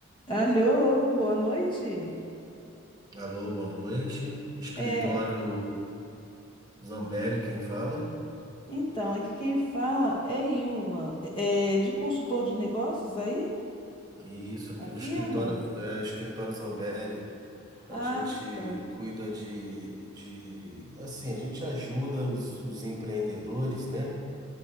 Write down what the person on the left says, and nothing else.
Alô, boa noite.
É,
então, aqui quem fala é Ilma, é é de consultor de negócios aí,
a firma?
Ah,
tá.